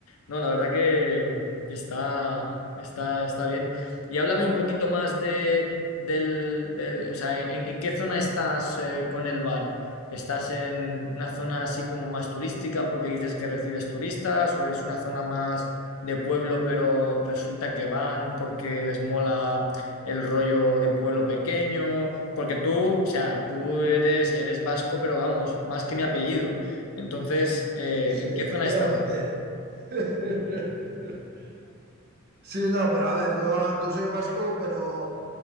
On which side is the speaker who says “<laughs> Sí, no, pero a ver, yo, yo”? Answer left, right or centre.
Right